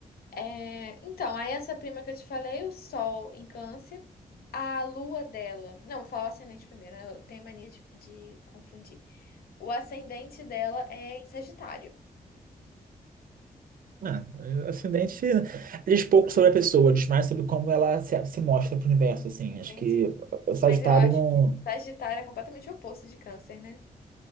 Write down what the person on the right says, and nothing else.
Ah, acidente diz pouco sobre a pessoa, diz mais sobre como ela se, se mostra pro universo, assim.
Acho que o Sagitário
não.